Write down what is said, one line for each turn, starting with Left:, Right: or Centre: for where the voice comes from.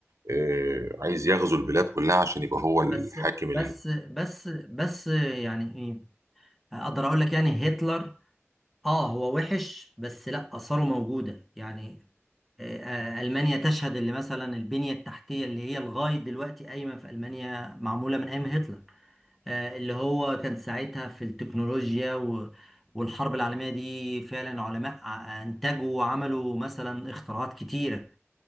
Right: آه... عايز يغزو البلاد كلها عشان يبقى هو الحاكم
Centre: بس بس بس بس يعني ايه اقدر اقول لك يعني هتلر اه هو وحش بس لا اثاره موجوده يعني آه، آه، المانيا تشهد اللي مثلا البنيه التحتيه اللي هي لغايه دلوقتي قايمه في المانيا معموله من ايام هتلر آه، اللي هو كان ساعتها في التكنولوجيا و- والحرب العالميه دي فعلا علماء ع- آه، انتجوا وعملوا مثلا اختراعات كتيره